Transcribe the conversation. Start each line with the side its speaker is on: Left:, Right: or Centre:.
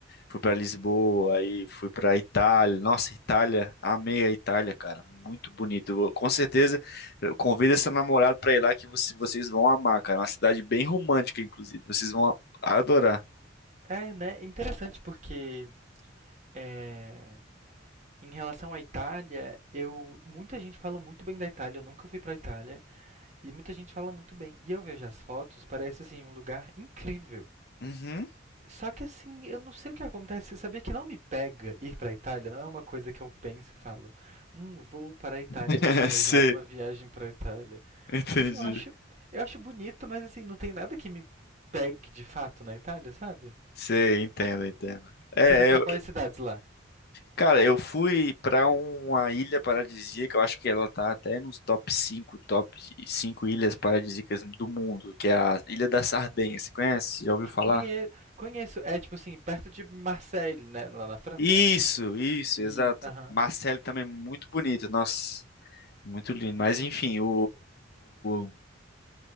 Left: Fui pra Lisboa, aí fui pra Itália. Nossa, Itália, amei a Itália, cara. Muito bonito. Com certeza, eu convido seu namorado pra ir lá que você- vocês vão amar, cara. É uma cidade bem romântica, inclusive. Vocês vão adorar.
Right: É, né? Interessante porque. É Em relação à Itália, eu muita gente fala muito bem da Itália, eu nunca fui pra Itália, e muita gente fala muito bem. E eu vejo as fotos, parece assim um lugar incrível.
Left: Uhum.
Right: Só que assim, eu não sei o que acontece, sabia que não me pega ir pra Itália, não é uma coisa que eu penso e falo, hum, vou para a Itália,
Left: <laughs>
Right: vou planejar
Left: Sei,
Right: uma viagem pra Itália.
Left: entendi.
Right: Assim, eu acho, eu acho bonito, mas assim, não tem nada que me pegue de fato na Itália, sabe?
Left: Sei, entendo, entendo. É,
Right: Você foi pra
Left: eu,
Right: quais cidades lá?
Left: cara, eu fui pra uma ilha paradisíaca, eu acho que ela tá até nos top cinco top cinco ilhas paradisíacas do mundo, que é a Ilha da Sardenha. Você conhece? Já ouviu falar?
Right: Conhe- conheço, é tipo assim, perto de Marseille, né, lá na França?
Left: Isso, isso,
Right: E,
Left: exato.
Right: aham.
Left: Marcelo também é muito bonito, nossa, muito lindo. Mas enfim, o, o